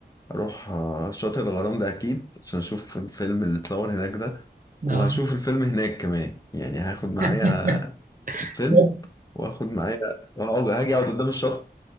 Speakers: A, on the left; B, on the right.
A: أروح آه، شاطئ الغرام ده أكيد عشان أشوف الفيلم اللي اتصور هناك ده وهشوف
B: اه
A: الفيلم هناك كمان يعني هاخد معايا
B: <laughs>
A: الفيلم
B: تصدق
A: واخد معايا اقعد هاجي اقعد قدام الشط